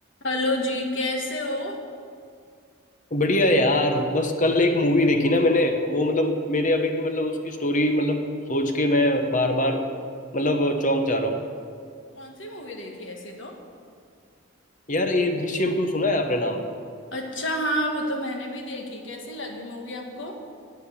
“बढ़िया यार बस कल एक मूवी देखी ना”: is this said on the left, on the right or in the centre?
Left